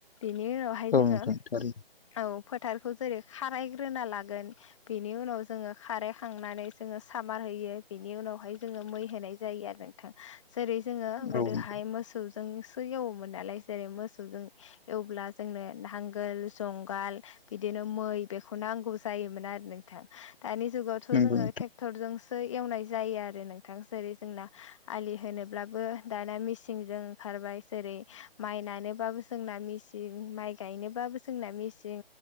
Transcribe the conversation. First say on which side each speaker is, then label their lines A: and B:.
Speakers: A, on the left (about 30°); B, on the left (about 65°).
A: बेनि उनावहाय
B: औ
A: जोङो
B: नोंथां थारैनो
A: औ फोथारखौ जेरै खारायग्रोना लागोन। बेनि उनाव जोङो खारै खांनानै जोङो सामार होयो बेनि उनावहाय जोङो मै होनाय जायो आरो। <unintelligible> जेरै जोङो गोदोहाय
B: औ नोंथां
A: मोसौजोंसो एवोमोन नालाय जेरै मोसौजों एवब्ला जोंनो नांगोल जंगाल बिदिनो मै बेखौ नांगौ जायोमोन आरो नोंथां दानि जुगावथ'
B: नंगौ
A: जोङो
B: नोंथां
A: टेक टरजोंसो एवनाय जायो आरो नोंथां जेरै जोंना आलि होनोब्लाबो दाना मेसिंजों खारबाय जेरै माइ नायनोबाबो जोंना मिस <unintelligible> माइ गायनोबाबो जोंना मेसिं